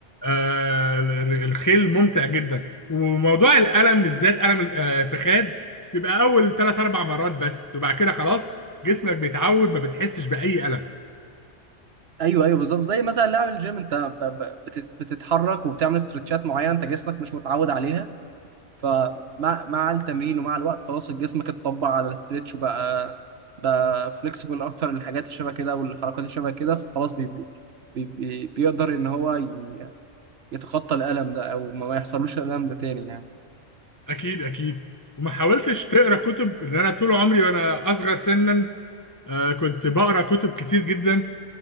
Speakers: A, on the left; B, on the right.
A: آه الخيل ممتع جدا وموضوع الالم بالذات الم الفخاد بيبقى اول ثلاث اربع مرات بس وبعد كده خلاص جسمك بيتعود ما بتحسش باي الم
B: ايوه ايوه بالظبط زي مثلا لعب الجيم انت ب- ب- بت- بتتحرك وبتعمل استرتشات معينه انت جسمك مش متعود عليها فمع مع التمرين ومع الوقت خلاص جسمك اتطبع على الاسترتش وبقى بقى فليكسبل اكتر للحاجات اللي شبه كده والحركات اللي شبه كده فخلاص بي بي بي بي بيقدر ان هو ي- يتخطى الالم ده او ما ما يحصلوش الالم ده تاني يعني
A: اكيد اكيد وما حاولتش تقرا كتب لان انا طول عمري وانا اصغر سنا آه، كنت بقرا كتب كتير جدا